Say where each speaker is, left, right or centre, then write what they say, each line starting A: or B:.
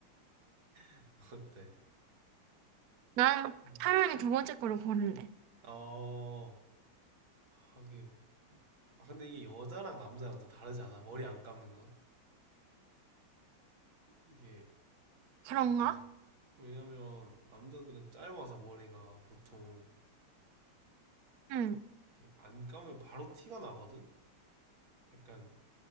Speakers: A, on the right; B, on the right.
A: <laughs> 어때?
B: 난
A: 음.
B: 차라리 두 번째 거를 고를래.
A: 어, 하긴. 아, 근데 이게 여자랑 남자랑 또 다르지 않아? 머리 안 감는 건? 이게
B: 그런가?
A: 약간 왜냐면 남자들은 짧아서 머리가 보통
B: 응.
A: 이렇게 안 감으면 바로 티가 나거든? 약간